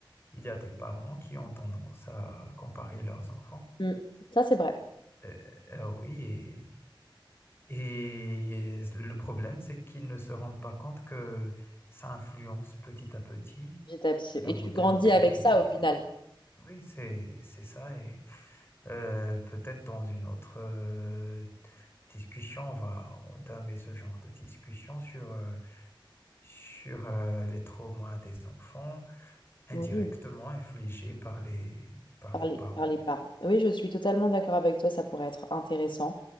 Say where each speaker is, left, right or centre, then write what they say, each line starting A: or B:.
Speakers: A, on the left; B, on the left.
A: il y a des parents qui ont tendance à comparer leurs enfants.
B: Mm. Ça, c'est vrai.
A: Euh, euh, oui, et Et le problème, c'est qu'ils ne se rendent pas compte que ça influence petit à petit
B: J'étais abs-
A: la
B: Et
A: mentalité.
B: tu grandis avec ça au final.
A: Oui, c'est c'est ça. Et euh, peut-être dans une autre euh, discussion, on va entamer ce genre de discussion sur euh, sur euh, les traumas des enfants indirectement
B: Oui.
A: infligés par les par
B: Par
A: les
B: les,
A: parents.
B: par les parents. Oui, je suis totalement d'accord avec toi, ça pourrait être intéressant.